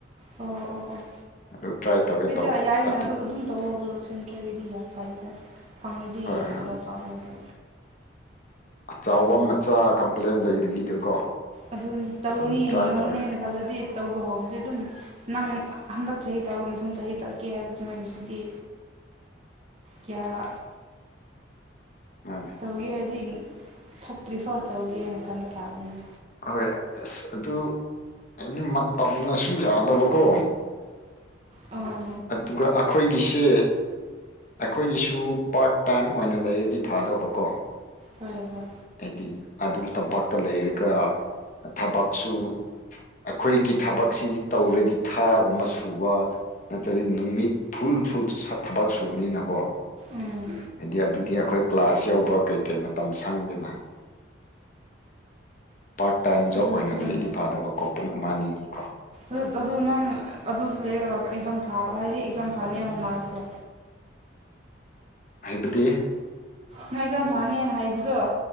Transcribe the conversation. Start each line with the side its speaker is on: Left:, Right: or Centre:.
Right: ꯑꯣ ꯑꯣ ꯑꯣ
Left: ꯑꯗꯨ ꯇ꯭ꯔꯥꯏ ꯇꯧꯒꯦ
Right: ꯍꯣꯏꯗ
Left: ꯇꯧꯕ
Right: ꯌꯥꯏꯅꯗ
Left: ꯑꯗꯨ
Right: ꯑꯗꯨꯝ ꯇꯧ ꯑꯗꯨ ꯁꯤꯟꯈ꯭ꯔꯒꯗꯤ ꯌꯥꯔ ꯐꯥꯏꯗ ꯐꯪꯗꯤ
Left: ꯍꯣꯏ
Right: ꯌꯥꯝ
Left: ꯍꯣꯏ
Right: ꯗꯧꯀꯥꯕ ꯅꯗꯣ
Left: ꯑꯆꯕ ꯃꯆꯥ ꯀꯝꯄ꯭ꯂꯦꯟ ꯂꯩꯗꯕꯤꯗꯀꯣ
Right: ꯑꯗꯨꯅꯤ ꯇꯧꯅꯤ
Left: ꯑꯗꯨꯝ ꯇ꯭ꯔꯥꯏ
Right: ꯉꯝꯒꯅꯤ
Left: ꯇꯧꯔꯦ
Right: ꯍꯥꯏꯅ ꯈꯜꯂꯗꯤ ꯇꯧꯕ ꯍꯧꯧꯕꯗꯤ ꯑꯗꯨꯝ ꯅꯪ ꯍꯟꯗꯛ ꯆꯍꯤ ꯇꯧꯔꯛ ꯃꯊꯪ ꯆꯍꯤ ꯆꯠꯀꯦ ꯍꯥꯏꯕꯗꯨꯃ ꯁꯤꯗꯤ
Left: <unintelligible>
Right: ꯀꯌꯥ
Left: ꯃꯥꯅꯦ
Right: ꯇꯧꯒꯦ ꯍꯥꯏꯗꯤ ꯊꯣꯛꯇ꯭ꯔꯤꯐꯥꯎ ꯇꯧꯒꯦ ꯍꯥꯏꯅ ꯈꯟꯕ ꯇꯥꯕꯅꯤꯅ
Left: ꯑꯣꯏ ꯑꯁ ꯑꯗꯨ ꯍꯥꯏꯗꯤ ꯃꯇꯝꯅꯁꯨ ꯌꯥꯗꯕꯀꯣ
Right: ꯑꯣ
Left: ꯑꯗꯨꯒ ꯑꯩꯈꯣꯏꯒꯤꯁꯦ ꯑꯩꯈꯣꯏꯒꯤꯁꯨ ꯄꯥꯔꯠ ꯇꯥꯏꯝ ꯑꯣꯏꯅ ꯂꯩꯔꯗꯤ ꯐꯦ ꯑꯗꯣꯕꯀꯣ
Right: ꯍꯣꯏ ꯍꯣꯏ
Left: ꯍꯥꯏꯗꯤ ꯑꯗꯨ ꯇꯝꯄꯥꯛꯇ ꯂꯩꯔꯒ ꯊꯕꯛꯁꯨ ꯑꯩꯈꯣꯏꯒꯤ ꯊꯕꯛꯁꯤꯗꯤ ꯇꯧꯔꯗꯤ ꯊꯥ ꯑꯃ ꯁꯨꯕ ꯅꯠꯇ꯭ꯔꯗꯤ ꯅꯨꯃꯤꯠ ꯐꯨꯜ ꯐꯨꯜ ꯊꯕꯛ ꯁꯨꯕꯅꯤꯅꯀꯣ
Right: ꯎꯝ
Left: ꯍꯥꯏꯗꯤ ꯑꯗꯨꯗꯤ ꯑꯩꯈꯣꯏ ꯀ꯭ꯂꯥꯁ ꯌꯥꯎꯕ ꯀꯩ ꯀꯩ ꯃꯇꯝ ꯁꯪꯗꯦꯅ <inaudible> ꯄꯥꯔꯠ ꯇꯥꯏꯝ
Right: ꯑꯗꯨ
Left: ꯖꯣꯕ ꯑꯣꯏꯅ
Right: ꯑꯗꯨꯅꯤ
Left: ꯂꯩꯗꯤ ꯐꯥꯗꯕꯀꯣ ꯄꯨꯡ ꯑꯃ ꯑꯅꯤꯒꯤ ꯀꯣ
Right: ꯑꯗꯨ ꯑꯗꯨ ꯅꯪ ꯑꯗꯨ ꯂꯩꯔ ꯑꯦꯛꯖꯥꯝ ꯊꯥ ꯍꯥꯏꯗꯤ ꯑꯦꯛꯖꯥꯝ ꯊꯥꯅꯤ ꯍꯣꯅꯗ꯭ꯔꯣ
Left: ꯍꯥꯏꯗꯤ
Right: ꯅ ꯑꯦꯛꯖꯥꯝ ꯊꯥꯅꯤꯅ ꯍꯥꯏꯕꯗꯣ